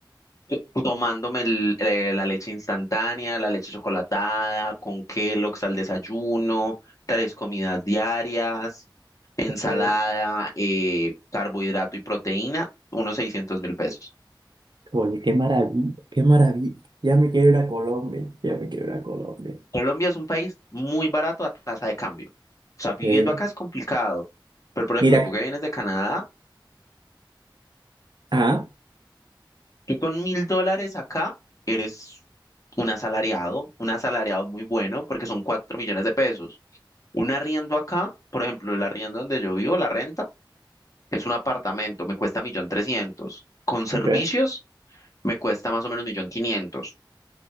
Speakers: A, on the left; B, on the right.
A: Yo Tomándome el- eh, la leche instantánea, la leche chocolatada, con Kellogg's al desayuno, tres comidas diarias, ensalada,
B: Ok.
A: eh, carbohidrato y proteína, unos 600 mil pesos.
B: Oye, qué maravilla, qué maravilla. Ya me quiero ir a Colombia, ya me quiero ir a Colombia.
A: Colombia es un país muy barato a tasa de cambio. O sea, viviendo
B: Eh,
A: acá es complicado. Pero, por ejemplo,
B: mira,
A: tú que vienes de Canadá,
B: ah,
A: tú con mil dólares acá eres un asalariado, un asalariado muy bueno, porque son cuatro millones de pesos. Un arriendo acá, por ejemplo, el arriendo donde yo vivo, la renta, es un apartamento, me cuesta millón trescientos. Con servicios,
B: Ok.
A: me cuesta más o menos millón quinientos.